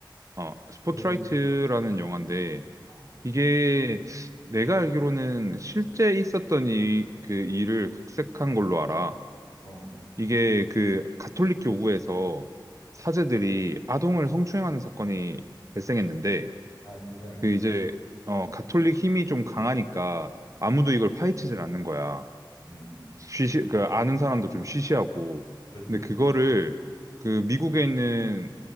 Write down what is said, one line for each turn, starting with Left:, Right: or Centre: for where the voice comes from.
Right: 어, 스포트라이트라는
Left: 모르겠네.
Right: 영화인데,
Left: 어,
Right: 이게 내가 알기로는 실제 있었던 이, 그 일을 각색한 걸로 알아.
Left: 어.
Right: 이게 그 가톨릭 교구에서 사제들이 아동을 성추행하는 사건이 발생했는데,
Left: 아, 세상에.
Right: 그 이제 어 가톨릭 힘이 좀 강하니까 아무도 이걸 파헤치질 않는 거야.
Left: 음,
Right: 쉬시 그 아는 사람도 좀 쉬쉬하고.
Left: 그렇지.
Right: 근데 그거를 그 미국에 있는